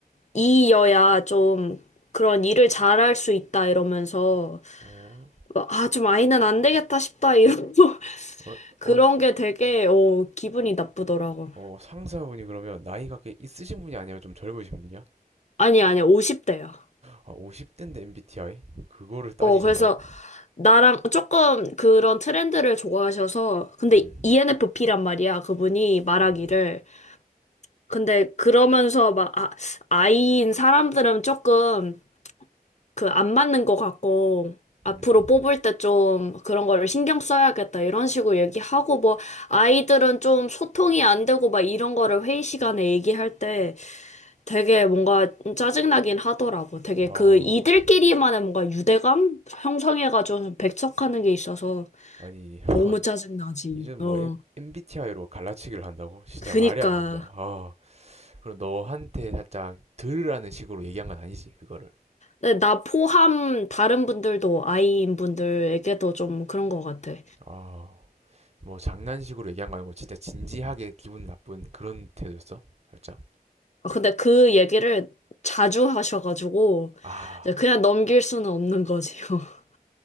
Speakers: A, on the left; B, on the right.
A: 이여야 좀 그런 일을 잘할 수 있다 이러면서
B: 어,
A: 막, 아, 좀 아이는 안 되겠다 싶다 이러고 <laughs>
B: 어,
A: 그런
B: 어,
A: 게 되게 어, 기분이 나쁘더라고.
B: 어, 상사분이 그러면 나이가 꽤 있으신 분이 아니라 좀 젊으신 분이야?
A: 아니 아니 50대야.
B: 아, 50대인데 MBTI? 그거를 따지신다고?
A: 어, 그래서 나랑 조금 그런 트렌드를 좋아하셔서 근데
B: 음,
A: ENFP란 말이야. 그분이 말하기를
B: 음,
A: 근데 그러면서 막 아, 아이인 사람들은 조금 그 안 맞는 것 같고 앞으로
B: 음.
A: 뽑을 때 좀 그런 거를 신경 써야겠다 이런 식으로 얘기하고 뭐 아이들은 좀 소통이 안 되고 막 이런 거를 회의 시간에 얘기할 때 되게 뭔가 짜증나긴 하더라고. 되게
B: 아,
A: 그 이들끼리만의 뭔가 유대감 형성해가지고 배척하는 게 있어서
B: 아니, <laughs>
A: 너무 짜증나지.
B: 이젠 뭐
A: 어.
B: MBTI로 갈라치기를 한다고? 진짜
A: 그니까.
B: 말이 안 된다. 아, 그럼 너한테 살짝 들으라는 식으로 얘기한 건 아니지, 그거를.
A: 네, 나 포함 다른 분들도 아이인 분들에게도 좀 그런 것 같아.
B: 아, 뭐 장난식으로 얘기한 거 아니고 진짜 진지하게 기분 나쁜 그런 태도였어? 살짝?
A: 아, 근데 그 얘기를 자주 하셔가지고
B: 아,
A: 이제 그냥 넘길 수는 없는 거지요. <laughs>